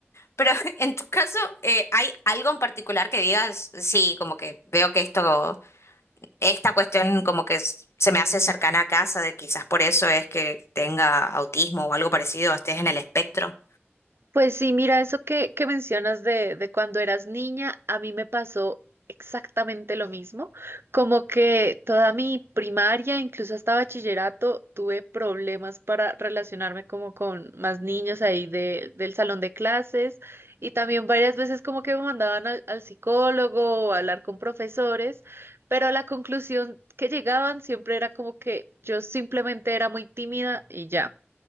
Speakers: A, on the left; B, on the right.
A: Pero <laughs> en tu caso, eh, ¿hay algo en particular que digas, sí, como que veo que esto, esta cuestión como que s- se me hace cercana a casa, de quizás por eso es que tenga autismo o algo parecido, estés en el espectro?
B: Pues sí, mira, eso que, que mencionas de, de cuando eras niña, a mí me pasó exactamente lo mismo, como que toda mi primaria, incluso hasta bachillerato, tuve problemas para relacionarme como con más niños ahí de, del salón de clases y también varias veces como que me mandaban al, al psicólogo o a hablar con profesores, pero a la conclusión que llegaban siempre era como que yo simplemente era muy tímida y ya.